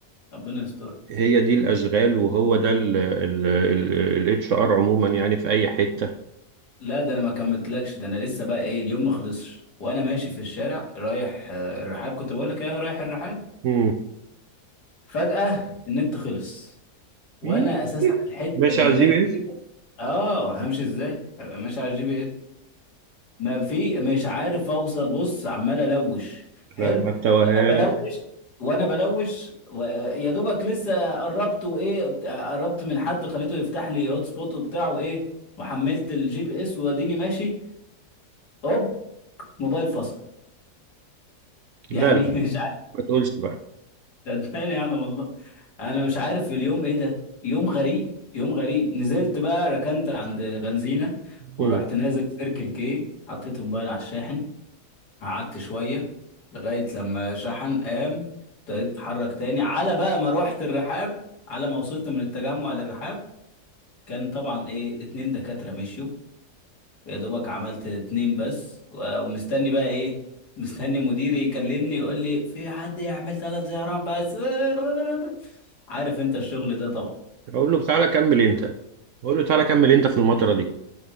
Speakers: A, on the left (about 75°); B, on the right (about 70°).
A: ربنا يستر
B: هي دي الأشغال وهو ده ال اتش ار عموما يعني في أي حتة
A: لا ده انا ما كملتلكش ده انا لسه بقى ايه اليوم ما خلصش وانا ماشي في الشارع رايح آه، الرحاب كنت بقول لك ايه رايح الرحاب
B: مم.
A: فجأة النت خلص وانا
B: إيه؟
A: اساسا الحتة
B: ماشي
A: اللي
B: على
A: هناك
B: الجي بي
A: دي
B: اس
A: اه همشي ازاي هبقى ماشي على الجي بي اس ما في مش عارف اوصل بص عمال الوش حلو
B: لا ما التوهان
A: وانا بلوش وانا بلوش و- يا دوبك لسه قربت وايه بت- قربت من حد خليته يفتح لي هوت سبوت وبتاع وايه وحملت الجي بي اس واديني ماشي هوب موبايل فصل
B: لا
A: يعني
B: لا
A: <laughs> مش عارف
B: ما تقولش بقى
A: صدقني يعلم والله انا مش عارف في اليوم ايه ده يوم غريب يوم غريب نزلت بقى ركنت عند بنزينة ورحت
B: مم.
A: نازل سيركل كي حطيت موبايل على الشاحن قعدت شوية لغاية لما شحن قام ابتديت اتحرك تاني على بقى ما رحت الرحاب على ما وصلت من التجمع للرحاب كان طبعا ايه اتنين دكاترة مشيوا يا دوبك عملت اتنين بس و- ومستني بقى ايه مستني مديري يكلمني يقول لي في حد يعمل ثلاث زيارات بس <laughs> عارف انت الشغل ده طبعا
B: أقول له تعالى كمل أنت أقول له تعالى كمل أنت في المطرة دي